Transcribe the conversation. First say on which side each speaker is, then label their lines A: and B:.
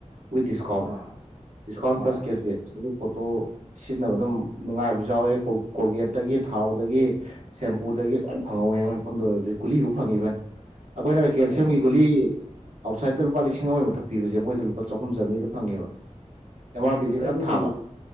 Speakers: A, on the right; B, on the right.
A: ꯋꯤꯠ ꯗꯤꯁꯀꯥꯎꯟ
B: ꯑꯥ
A: ꯗꯤꯁꯀꯥꯎꯟ
B: ꯑꯥ
A: ꯄ꯭ꯂꯁ
B: ꯑꯥ
A: ꯀꯦꯁꯕꯦꯛ ꯄꯣꯠꯇꯣ ꯁꯤꯖꯤꯟꯅꯕ ꯑꯗꯨꯝ ꯅꯨꯡꯉꯥꯏꯕꯁꯨ ꯌꯥꯎꯋꯦ ꯀꯣꯜꯒꯦꯠꯇꯒꯤ ꯊꯥꯎꯗꯒꯤ ꯁꯦꯝꯄꯨꯗꯒꯤ ꯂꯣꯏ ꯐꯪꯍꯧꯋꯦ ꯃꯣꯏ ꯃꯐꯝꯗ ꯑꯗꯨ ꯀꯨꯂꯤꯐꯥꯎ ꯐꯪꯉꯤꯕꯅꯤ ꯑꯩꯈꯣꯏꯅꯒ ꯀꯦꯜꯁꯤꯌꯝꯒꯤ
B: ꯑꯦ
A: ꯒꯨꯂꯤ ꯑꯥꯎꯠꯁꯥꯏꯗꯠꯇ ꯂꯨꯄꯥ ꯂꯤꯁꯤꯡ ꯑꯃꯒꯤ ꯃꯊꯛ ꯄꯤꯕꯁꯦ ꯃꯣꯏꯗ ꯂꯨꯄꯥ ꯆꯍꯨꯝ ꯆꯥꯝꯔꯤꯗ ꯐꯪꯉꯦꯕ ꯑꯦꯝ ꯑꯥꯔ ꯄꯤꯗꯤ
B: ꯑꯦ
A: ꯃꯌꯥꯝ
B: ꯑꯗꯨꯗꯤ
A: ꯊꯥꯕ